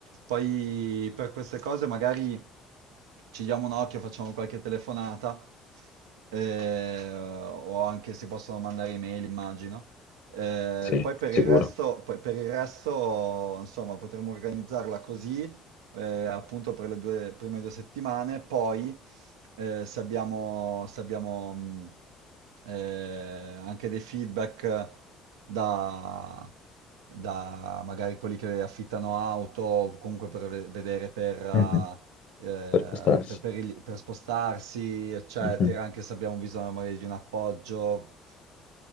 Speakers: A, on the right; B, on the left.
A: Poi per queste cose magari ci diamo un occhio, facciamo qualche telefonata, eh, o anche si possono mandare email, immagino. Eh,
B: Sì,
A: poi per
B: sicuro,
A: il resto, poi per il resto, insomma, potremmo organizzarla così, eh, appunto per le due, prime due settimane, poi eh, se abbiamo, se abbiamo, mh, eh, anche dei feedback da, da magari quelli che affittano auto, o comunque per ve- vedere per,
B: Mhm,
A: eh,
B: per postarsi.
A: per- per il- per spostarsi, eccetera,
B: mhm.
A: anche se abbiamo bisogno magari di un appoggio,